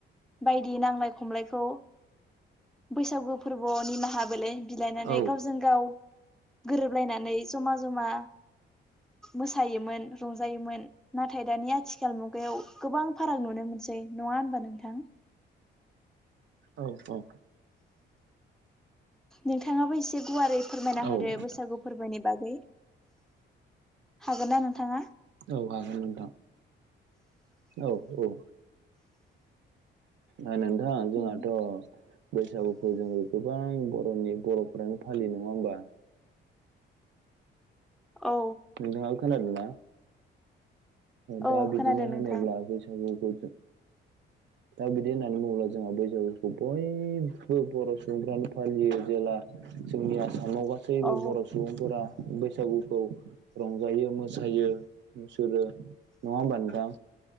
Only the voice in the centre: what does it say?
बायदि नांलाय खमलायखौ बैसागु फोरबोआव निमाहा बिलायनानै
गावजों गाव गोरोबलायनानै जमा जमा मोसायोमोन रंजायोमोन नाथाय दानि आथिखाल मुगायाव गोबां फाराग नुनो मोन सै नङा होनबा नोंथां?
नोंथाङाबो एसे गुवारै फोरमायना
होदो
बैसागु फोरबोनि बा गै हागोन ना नोंथाङा?
उम
औ
औ
खोनादों
नोंथां
औ